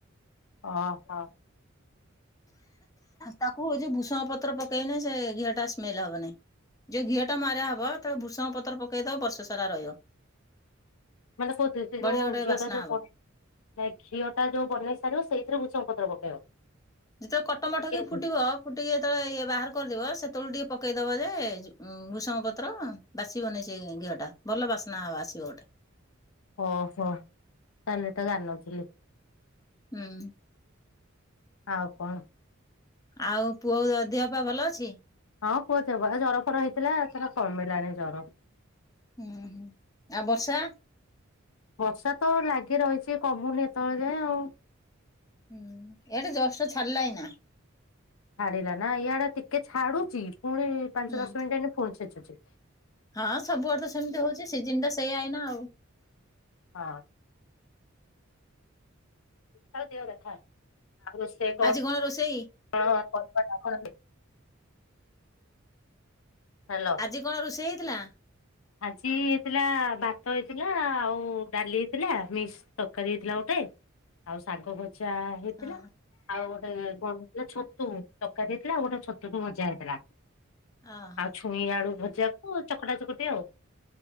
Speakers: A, on the left (about 80°); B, on the left (about 15°).
A: ଓହୋ।
B: ତାକୁ ଯୋଉ ଭୂଷଙ୍ଗ ପତ୍ର ପକେଇଲେ ସେ ଘିଅ ଟା ସ୍ମେଲ ହବନିଁ। ଯୋଉ ଘିଅ ଟା ମାରା ହବତାକୁ ଭୁସଙ୍ଗ ପତ୍ର ପକେଇଦବ ବର୍ଷ ସାରା ରହିବ।
A: ମାନେ କଥି ସେ
B: ବଢିଆ
A: ଯୋଉ
B: ଗୋଟେ
A: ଘିଅ
B: ବାସ୍ନା
A: ଟା ଯୋଉ
B: ହବ।
A: କଣ ନାଇଁ ଘିଅ ଟା ଯୋଉ ବନେଇ ସାରିବ ସେଇଥିରେ ଉଷଙ୍ଗ ପତ୍ର ପକେଇବ।
B: ଯେତବେଳେ କଟ ମଠ
A: ନା
B: କି
A: କେମିତି
B: ଫୁଟିବ ଫୁ ଟିକେ ଯେତେବେଳେ ଇଏ ବାହାର କରିଦବ ସେତବେଳେ ଟିକେ ପକେଇଦବ ଯେ ଭୂଷଙ୍ଗ ପତ୍ର ବାସିବନି ସେ ଘିଅଟା ଭଲ ବାସ୍ନା ଆଉ ଆସିବ ଗୋଟେ।
A: ଓହୋ ତାହେଲେ ଏଟା ଜାଣିନଥିଲି।
B: ହୁଁ।
A: ଆଉ କଣ।
B: ଆଉ ପୁଅ ଦିହ ପା ଭଲ ଅଛି?
A: ହଁ ପୁଅ ଥବ ଜର ଫର ହେଇଥିଲା ଏଥର କମିଲାନି ଜର।
B: ହୁଁ ହୁଁ ଆଉ ବର୍ଷା।
A: ବର୍ଷା ତ ଲାଗି ରହିଛି କମୁନି ଏତେବେଳେ ଯାଏଁ ଆଉ।
B: ହୁଁ ଏଟା ଜଷ୍ଟ ଛାଡିଲାଏଇନା।
A: ଛାଡିଲା ନା ଇଆଡା ଟିକେ ଛାଡୁଚି ପୁଣି ପାଞ୍ଚ
B: ହୁଁ
A: ଦଶ ମିନିଟ ଯାଇନି ପୁଣି ଛେଚୁଛି।
B: ହଁ ସବୁଆଡ ତ ସେମିତି ହଉଛି ସିଜିନ ଟା ସେଇ ଆଇନା ଆଉ
A: ହଁ ହଉ ଦେବ ରଥ ଆଉ ର ସେ
B: ଆଜି କଣ ରୋଷେଇ?
A: ହଁ ହଁ <unintelligible> ହ୍ୟାଲୋ
B: ଆଜି କଣ ରୋଷେଇ ହେଇଥିଲା?
A: ଆଜି ହେଇଥିଲା ଭାତ ହେଇଥିଲା ଆଉ ଡାଲି ହେଇଥିଲା ମିିକ୍ସ ତରକାରୀ ହେଇଥିଲା ଗୋଟେ ଆଉ ସାଗ ଭଜା ହେଇଥିଲା
B: ହଁ
A: ଆଉ ଗୋଟେ କଣ ହେଇଥିଲା ଛତୁ ତକାରି ଦେଇଥିଲା ଆଉ ଗୋଟେ ଛତୁକୁ ଭଜା ହେଇଥିଲା।
B: ହଁ ହ
A: ଆଉ ଛୁଇଁ ଆଳୁ ଭଜାକୁ ଚକଟା ଚକଟି ଆଉ